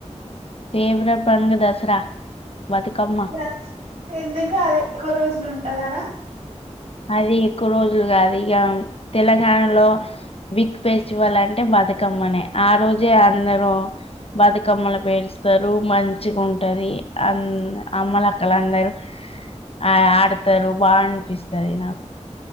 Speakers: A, on the left; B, on the right.
A: ఫేవ్ర పండుగ దసరా బతుకమ్మ
B: దస్ ఎందుకు అదెక్వ రోజ్లుంటదనా
A: అది ఎక్కువ రోజులు కాదు ఇగ తెలంగాణలో బిగ్ ఫెస్టివల్ అంటే బతుకమ్మనే ఆ రోజే అందరూ బతుకమ్మల పేరుస్ తరు మంచిగుంటది అన్ అమ్మలక్కలందరు ఆ ఆడ్తరు బా అన్పిస్తది నాకు